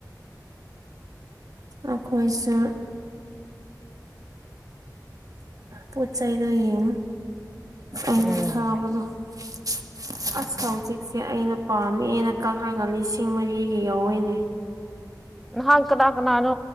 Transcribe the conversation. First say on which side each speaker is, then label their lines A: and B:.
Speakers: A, on the right; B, in the centre.
A: ꯑꯈꯣꯏꯁꯨ ꯄꯣꯠ ꯆꯩꯗꯣ ꯌꯦꯡꯉ ꯑꯩꯅ
B: ꯎꯝ
A: ꯊꯥꯕꯗꯣ <inaudible> ꯑꯁ ꯍꯧꯖꯤꯛꯁꯦ ꯑꯩꯅ ꯄꯥꯝꯃꯦꯅ ꯀꯛꯂꯒ ꯂꯤꯁꯤꯡ ꯃꯔꯤꯒꯤ ꯌꯥꯎꯔꯤꯏꯅꯦ
B: ꯅꯍꯥꯟ ꯀꯅꯥ-ꯀꯅꯥꯅꯣ